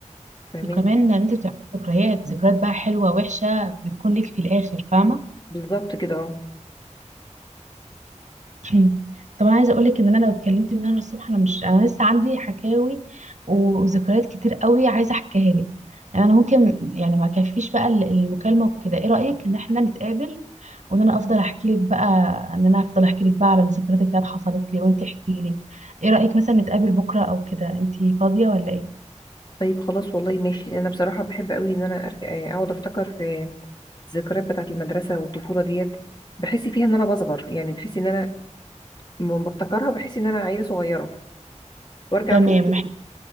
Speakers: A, on the left (about 35°); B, on the right (about 70°).
A: فاهماني
B: وكمان ان انت بتعمل ذكريات ذكريات بقى حلوه وحشه بتكون لك في الاخر فاهمه
A: بالظبط كده اه
B: <clears throat> طب انا عايزه اقول لك ان انا لو اتكلمت من هنا للصبح انا مش انا لسه عندي حكاوي وذكريات كتير قوي عايزه احكيها لك يعني انا ممكن يعني ما كفيش بقى ال- المكالمه وكده ايه رايك ان احنا نتقابل وان انا افضل احكي لك بقى ان انا افضل احكي لك بقى على الذكريات اللي كانت حصلت لي وانت احكي لي ايه رايك مثلا نتقابل بكره او كده انت فاضيه ولا ايه
A: طيب خلاص والله ماشي انا بصراحة بحب قوي ان انا أرجع- اقعد افتكر في الذكريات بتاعة المدرسة والطفولة ديت بحس فيها ان انا بصغر يعني بحس ان انا لما بفتكرها بحس ان انا عيلة صغيرة وارجع
B: تمام
A: فوق